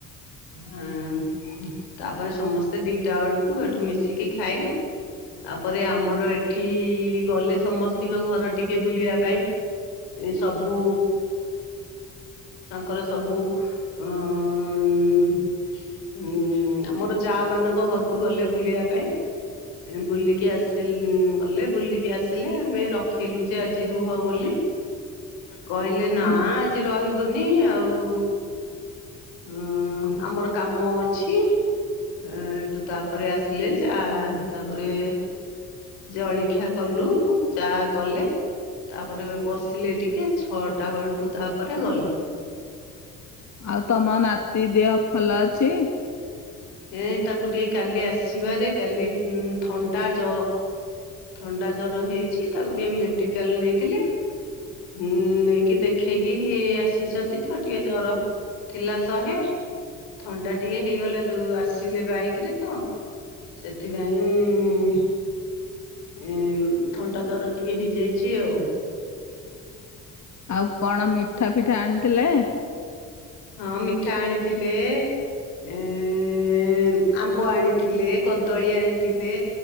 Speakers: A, on the left; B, on the left.
A: ଆଁ, ହୁଁ, ତାପରେ ସମସ୍ତେ ଦିଟା ବେଳକୁ ସେଠୁ ମିଶିକି ଖାଇଲେ। ତାପରେ ଆମର ଏଠି ଗଲେ ସମସ୍ତିଙ୍କ ଘର ଟିକେ ବୁଲିବା ପାଇଁ। ଏ ସବୁ ତାଙ୍କର ସବୁ ଅଁ, ଉଁ, ହୁଁ, ଆମର ଯା ମାନଙ୍କ ଘରକୁ ଗଲେ ବୁଲିବା ପାଇଁ। ଏଁ, ବୁଲିକି ଆସିଲୁ ଉଁ,। ଗଲେ ବୁଲିକି ଆସିଲେ, ଆମେ ରଖେଇଲୁ ଯେ ଆଜି ରୁହ ବୋଲି କହିଲେ ନା
B: ହଁ
A: ଆଜି ରହିବୁନି। ଆଉ ହୁଁ, ଆମର କାମ ଅଛି। ଏଁ, ତୁ ତାପରେ ଆସିଲେ ଯା ତାପରେ ଜଳଖିଆ କଲୁ, ଚା କଲେ। ତାପରେ ବସିଲେ ଟିକେ, ଛଅଟା ବେଳକୁ ତାପରେ ଗଲେ।
B: ଆଉ ତୋମ ନାତି ଦିହ ଭଲ ଅଛି?
A: ଏଁ, ତାକୁ ଟିକେ କାଲି ଆସିବାରେ କାଲି ଉଁ, ଥଣ୍ଡା, ଜର। ଥଣ୍ଡା ଜର ହେଇଛି, ତାକୁ ଟିକେ ମେଡ଼ିକାଲ୍ ନେଇଥିଲେ। ହୁଁ, ନେଇକି ଦେଖେଇକି ଆସିଚନ୍ତି ତ ଟିକେ ଜର ଥିଲା ଶହେ, ଥଣ୍ଡା ଟିକେ ହେଇଗଲା ଯୋଉ ଆସିଲେ ବାଇକ୍ ରେ ତ। ସେଥିପାଇଁ ଏଁ, ଥଣ୍ଡା ଜର ଟିକେ ହେଇଯାଇଛି ଆଉ।
B: ଆଉ କଣ ମିଠା, ପିଠା ଆଣିଥିଲେ?
A: ହଁ ମିଠା ଆଣିଥିଲେ। ଏଁ, ଏଁ, ଆମ୍ବ ଆଣିଥିଲେ, କଦଳୀ ଆଣିଥିଲେ।